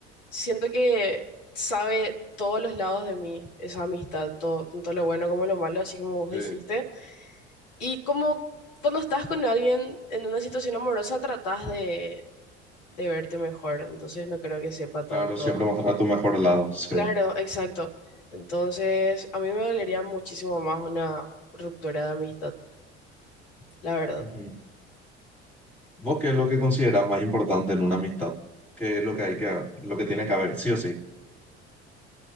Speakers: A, on the left; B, in the centre.
A: Siento que sabe todos los lados de mí esa amistad, todo, tanto lo bueno como lo malo, así como vos
B: Sí,
A: dijiste. Y como cuando estás con alguien en una situación amorosa, tratás de, de verte mejor. Entonces, no creo que sepa tanto.
B: claro, siempre mostrar tu mejor lado. Sí.
A: Claro, exacto. Entonces, a mí me dolería muchísimo más una ruptura de amistad, la verdad.
B: Ujú. ¿Vos qué es lo que consideras más importante en una amistad? ¿Qué es lo que hay que, lo que tiene que haber, sí o sí?